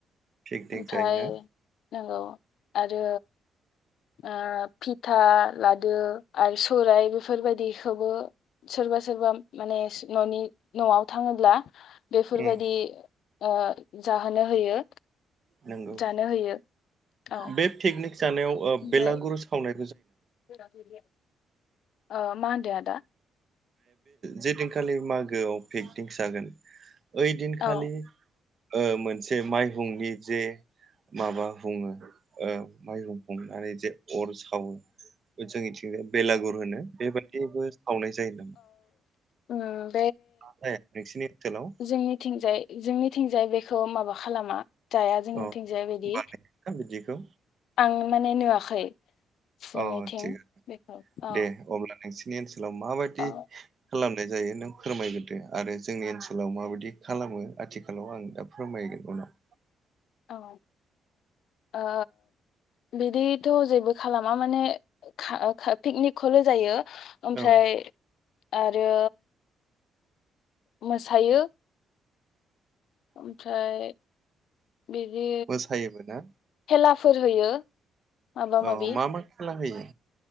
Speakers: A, on the right (about 45°); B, on the left (about 75°).
A: पिकनिक
B: ओमफ्राय
A: जायोना
B: नंगौ आरो ओ फिथा लादो आरो सौराय बेफोरबायदिखौबो सोरबा सोरबा माने न'नि न'आव थांङोब्ला बेफोर
A: उम
B: बायदि ओ जाहोनो होयो
A: नंगौ
B: जानो होयो औ
A: बे पिकनिक जानायाव ओ
B: ओमफ्राय
A: बेलागुरु सावनाय
B: <unintelligible> ओ मा होनदो आदा?
A: जेदिनखालि मागोआव पिगनिक जागोन ओयदिन
B: औ
A: खालि ओ मोनसे माइहुंनि जे माबा बुंङो ओ माइहुं हुंनानै जे अर सावो बे जोंनिथिं यो बेलागुर होनो। बे बायदिबो सावनाय जायो नामा?
B: उम
A: नाथाय नोंसिनि ओनसोलाव
B: जोंनिंथिंजाय जोंनिथिंजाय बे खौ माबा खालामा जाया जोंनिथिंजाय
A: अ
B: बेदि
A: बानायोना बिदिखौ
B: आं माने नुवा खै जोंनिथिं
A: अ थिगानो
B: बेखौ औ
A: दे अब्ला नोंसिनि ओनसोल सोलाव माबायदि
B: औ
A: खालाम नाय जायो नों फोरमायगोरदो आरो जोंनि ओनसोलाव माबायदि खालामो आथिखालाव आं दा फोरमायगोन उनाव
B: औ ओ बिदिथ' जेबो खालामा माने खा-खा पिकनिक खोल' जायो।
A: उनाव
B: ओमफ्राय
A: औ
B: आरो मोसायो। ओमफ्राय बिदि
A: मोसायोबो ना
B: खेलाफोर होयो। माबा
A: औ
B: माबि
A: मा मा खेला होयो?